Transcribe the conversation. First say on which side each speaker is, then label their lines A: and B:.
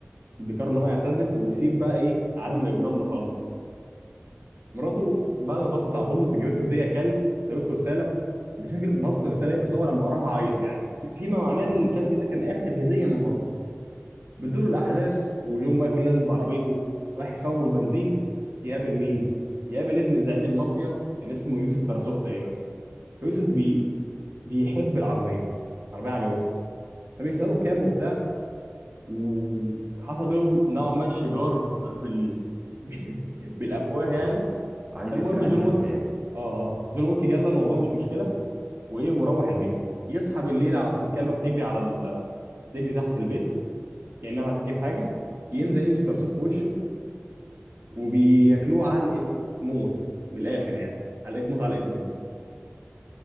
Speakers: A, on the right; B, on the right.
A: بيقرر ان هو يعتزل ويسيب بقى ايه عالم الاجرام ده خالص مراته بعد ما توفت على طول جابت له هديه كلب وسابت له رساله مش فاكر نص الرساله ايه بس هو لما قراها عيط يعني في- فيما معناه ان
B: مم.
A: الكلب ده كان اخر هديه من مراته بتدور الاحداث ويوم بقى يكون نازل بعربيته راح يفول بنزين يقابل مين؟
B: مم.
A: يقابل ابن زعيم المافيا كان اسمه يوسف تراسوف تقريبا فيوسف بي... بيحب العربيه العربيه عجبته فبيساله كام
B: مم.
A: وبتاع وحصل بينهم نوعا ما شجار بال... <laughs> بالافواه يعني
B: ايوه عايز
A: فالمهم
B: يسرقها
A: جون
B: منه
A: ويك
B: يعني
A: اه اه جون ويك جلى الموضوع مش مشكله وايه وروح البيت يصحى بالليل على صوت الكلبه بتجري على ال... بتجري تحت البيت كانها راح تجيب حاجه ينزل يوسف صرصوف في وشه وبياكلوه
B: تمام
A: علقه موت من الاخر يعني علقه موت علقه موت